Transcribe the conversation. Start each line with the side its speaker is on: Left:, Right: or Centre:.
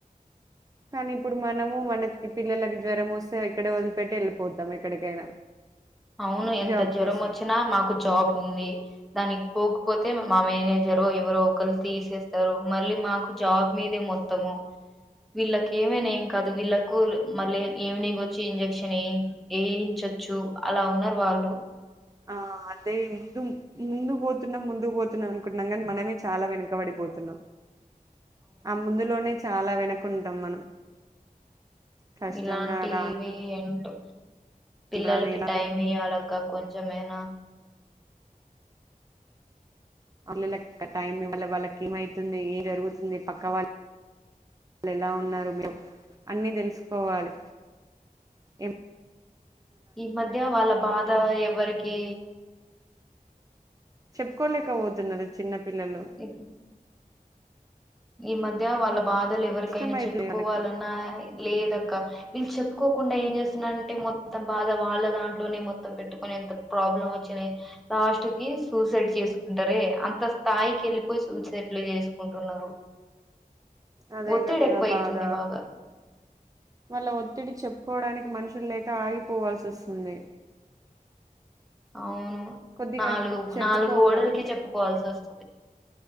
Right: కానీ ఇప్పుడు మనము మనకి పిల్లలకి జ్వరం వస్తే ఇక్కడే వదిలిపెట్టి ఎళ్ళిపోతం ఎక్కడికైనా
Centre: అవును ఎంత
Right: జాబ్
Centre: జ్వరం
Right: కోసం
Centre: వచ్చినా మాకు జాబ్ ఉంది దానికి పోకపోతే తె మా మేనేజరో ఎవరో ఒకలు తీసేస్తారు మళ్ళీ మాకు జాబ్ మీదే మొత్తము వీళ్ళక ఏమైనా ఏం కాదు వీళ్ళకు మళ్ళీ ఈవినింగ్ వచ్చి ఇంజక్షన్ ఏ ఏయించచ్చు అలా ఉన్నారు వాళ్ళు
Right: ఆ అదే ముందు ముందు పోతున్నాం ముందుకు పోతున్నాం అనుకుంటున్నాం కాని మనమే చాలా వెనుకబడిపోతున్నాం ఆ ముందులోనే చాలా వెనకుంటాం మనం కష్టం
Centre: ఇలాంటీవి
Right: రా రాను
Centre: ఎన్ <inaudible> పిల్లలకి
Right: రాను ఇలా
Centre: టైమ్ ఇయ్యాలక కొం జమేనా
Right: అలల్లకింకా టైం ఇవాళ్ళ వాళ్లకి ఏమైతుంది ఏం జరుగుతుంది పక్క వాళ్ళు ఎలా ఉన్నారు మే అన్నీ తెలుసుకోవాలి ఏం
Centre: ఈ మధ్య వాళ్ళ బాధ ఎవ్వరికి
Right: చెప్పుకొలేక పోతున్నది చిన్న పిల్లలు
Centre: ఉమ్, ఈ మధ్య వాళ్ళ బాధలు ఎవరికైనా
Right: కష్టం అయితది
Centre: చెప్పుకోవాలన్నా
Right: వాళ్ళకి
Centre: లేదక్క వీళ్ళు చెప్పుకోకుండా ఏం చేస్తున్నారంటే మొత్తం బాధ వాళ్ళ దాంట్లోనే మొత్తం పెట్టుకుొని ఎంత ప్రాబ్లం వచ్చిన లాస్ట్ కి సూసైడ్ చేసుకుంటారే అంత స్థాయికి వెళ్ళిపోయి సూసైడ్లు చేసుకుంటున్నారు
Right: అదే
Centre: ఒత్తిడి
Right: కదరా
Centre: ఎక్కువ అయితుంది
Right: బాధ
Centre: బాగా
Right: మళ్ళా ఒత్తిడి చెప్పుకోడానికి మనుషులు లేక ఆగిపోవాల్సి వస్తుంది
Centre: అవును
Right: కొద్దిగా
Centre: నాలుగు
Right: చెప్పుకోవాలి
Centre: నాలుగు గోడలకి చెప్పుకోవాల్సి వస్తు